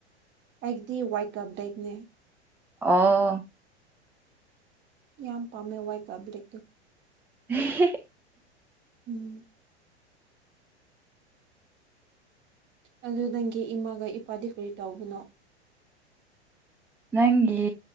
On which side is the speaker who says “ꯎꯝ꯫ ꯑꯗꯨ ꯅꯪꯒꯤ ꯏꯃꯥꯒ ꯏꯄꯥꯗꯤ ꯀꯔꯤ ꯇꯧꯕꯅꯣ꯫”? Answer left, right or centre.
Right